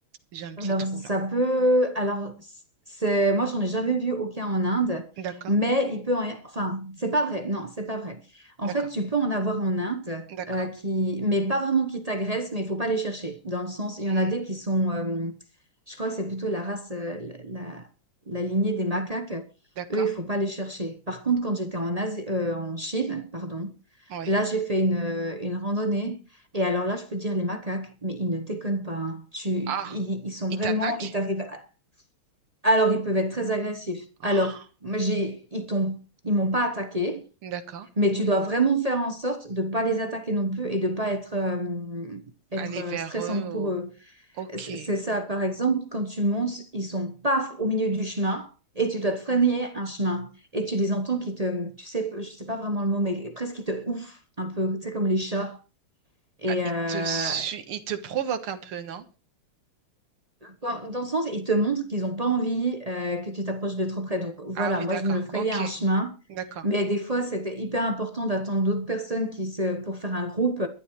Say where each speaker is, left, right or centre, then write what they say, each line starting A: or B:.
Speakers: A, on the right; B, on the right.
A: J'ai un petit
B: Alors,
A: trou
B: ça
A: là.
B: peut. Alors, c'est moi, j'en ai jamais vu aucun en Inde,
A: D'accord,
B: mais il peut en. Enfin, c'est pas vrai. Non, c'est pas vrai. En
A: d'accord,
B: fait, tu peux en avoir en Inde,
A: d'accord,
B: euh, qui... mais pas vraiment qui t'agressent, mais il faut pas les chercher. Dans le sens, il
A: Hmm,
B: y en a des qui sont. euh, Je crois que c'est plutôt la race, euh, la, la- la lignée des macaques.
A: d'accord,
B: Eux, il faut pas les chercher. Par contre, quand j'étais en Asie, euh, en Chine, pardon,
A: oui.
B: là, j'ai fait une, euh, une randonnée. Et alors là, je peux te dire les macaques, mais ils ne déconnent pas. hein. Tu, ils,
A: Ah,
B: ils sont
A: ils
B: vraiment,
A: t'attaquent?
B: ils t'arrivent. à- Alors, ils peuvent être très agressifs.
A: Ah,
B: Alors, moi, j'ai, ils t'ont, ils m'ont pas attaqué,
A: d'accord.
B: mais tu dois vraiment faire en sorte de pas les attaquer non plus et de pas être, euh, être
A: Aller
B: euh,
A: vers
B: stressante
A: eux, oh,
B: pour eux.
A: ok.
B: C'est c'est ça, par exemple, quand tu montes, ils sont paf au milieu du chemin et tu dois te freiner un chemin et tu les entends qui te, tu sais, je sais pas vraiment le mot, mais presque qui te ouf un peu, tu sais, comme les chats. Et,
A: Ah, ils
B: euh,
A: te, su- ils te provoquent un peu, non?
B: Dans dans le sens, ils te montrent qu'ils n'ont pas envie euh, que tu t'approches de trop près. Donc voilà,
A: Ah oui,
B: moi
A: d'accord,
B: je me frayais
A: ok,
B: un chemin,
A: d'accord.
B: mais des fois c'était hyper important d'attendre d'autres personnes qui se... pour faire un groupe